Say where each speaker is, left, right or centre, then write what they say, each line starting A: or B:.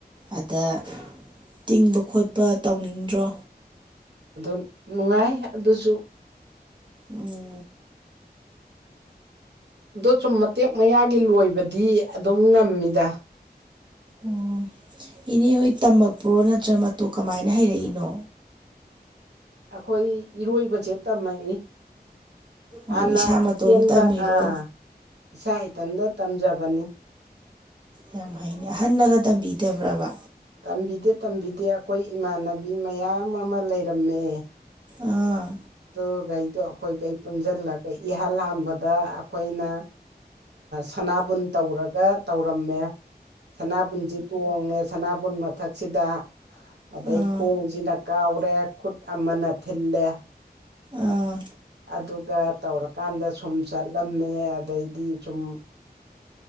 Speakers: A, on the right (about 30°); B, on the right (about 90°).
A: ꯑꯗ ꯇꯤꯡꯕ ꯈꯣꯠꯄ ꯇꯧꯅꯤꯡꯗ꯭ꯔꯣ
B: ꯑꯗꯨꯝ ꯅꯨꯡꯉꯥꯏ ꯑꯗꯨꯁꯨ
A: ꯎꯝ
B: ꯑꯗꯣ ꯆꯨꯝ ꯃꯇꯦꯛ ꯃꯌꯥꯒꯤ ꯂꯣꯏꯕꯗꯤ ꯑꯗꯨꯝ ꯉꯝꯃꯤꯗ
A: ꯑꯣ ꯏꯅꯦ ꯍꯣꯏ ꯇꯝꯃꯛꯄ꯭ꯔꯣ ꯅꯠꯇ꯭ꯔ ꯃꯇꯨ ꯀꯃꯥꯏꯅ ꯍꯩꯔꯛꯏꯅꯣ
B: ꯑꯈꯣꯏ ꯏꯔꯣꯏꯕ ꯖꯦꯠ ꯇꯝꯃꯛꯏ ꯍꯥꯟꯅ
A: ꯑꯣ ꯏꯁꯥ ꯃꯇꯣꯝ
B: ꯑꯊꯦꯟꯕ
A: ꯇꯝꯃꯤꯔꯣ
B: ꯑꯥ ꯏꯁꯥ ꯏꯊꯟꯇ ꯇꯝꯖꯕꯅꯤ
A: ꯌꯥꯝ ꯍꯩꯅꯦ ꯑꯍꯟꯅꯒ ꯇꯝꯕꯤꯗꯕ꯭ꯔꯕ
B: ꯇꯝꯕꯤꯗꯦ ꯇꯝꯕꯤꯗꯦ ꯑꯩꯈꯣꯏ ꯏꯃꯥꯟꯅꯕꯤ ꯃꯌꯥꯝ ꯑꯃ ꯂꯩꯔꯝꯃꯦ
A: ꯑꯥ
B: ꯑꯗꯨꯈꯩꯗꯣ ꯑꯩꯈꯣꯏꯈꯩ ꯄꯨꯟꯁꯤꯜꯂꯒ ꯏꯍꯥꯟ ꯍꯥꯟꯕꯗ ꯑꯩꯈꯣꯏꯅ ꯁꯅꯥꯕꯨꯟ ꯇꯧꯔꯒ ꯇꯧꯔꯝꯃꯦ ꯁꯅꯥꯕꯨꯟꯁꯤ ꯇꯣꯡꯉꯦ ꯁꯅꯥꯕꯨꯟ ꯃꯊꯛꯁꯤꯗ ꯑꯗꯩ
A: ꯑꯥ
B: ꯈꯣꯡꯁꯤꯅ ꯀꯥꯎꯔꯦ ꯈꯨꯠ ꯑꯃꯅ ꯊꯤꯜꯂꯦ
A: ꯑꯥ
B: ꯑꯗꯨꯒ ꯇꯧꯔꯀꯥꯟꯗ ꯁꯨꯝ ꯆꯠꯂꯝꯃꯦ ꯑꯗꯩꯗꯤ ꯁꯨꯝ